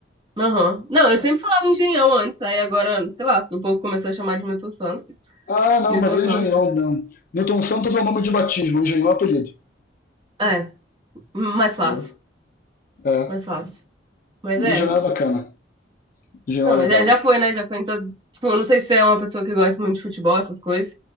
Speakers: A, on the right (about 25°); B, on the left (about 50°).
A: Aham. Não, eu sempre falava Engenhão antes, aí agora, sei lá, o povo começou a chamar de Milton Santos.
B: Ah, não,
A: Milton
B: mas é
A: Santos.
B: Engenhão mesmo. Newton Santos é o nome de batismo, Engenhão é apelido,
A: É, mais fácil.
B: entendeu? É,
A: Mais fácil. Mas é.
B: Engenhão é bacana, Engenhão
A: Não,
B: é legal.
A: já, já foi, né? Já foi em todos. Tipo, eu não sei se você é uma pessoa que gosta muito de futebol, essas coisas,